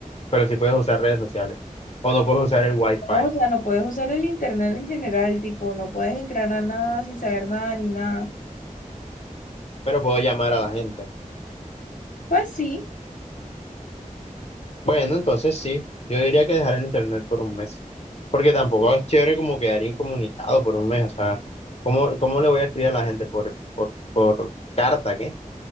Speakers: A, on the left; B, on the left.
A: pero sí puedes usar redes sociales. O no puedes usar el Wi-Fi,
B: No, O sea, no puedes usar el internet en general, tipo, no puedes entrar a nada sin saber nada ni nada.
A: pero puedo llamar a la gente.
B: Pues sí,
A: Bueno, entonces sí, yo diría que dejar el internet por un mes. Porque tampoco es chévere como quedar incomunicado por un mes. O sea, ¿cómo, cómo le voy a escribir a la gente por, por, por carta, qué?